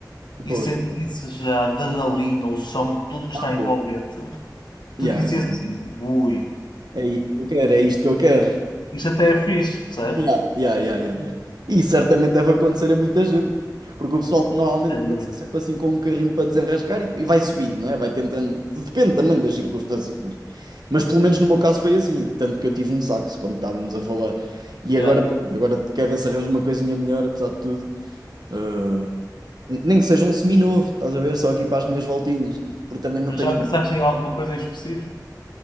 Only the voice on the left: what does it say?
e
sentisses já a adrenalina, o som, tudo que
está envolvente,
tu dizias
assim, ui,
isto até é fixe, percebes?
Sem
dúvida.
Yeah.
Mas
já pensaste em alguma coisa em específico?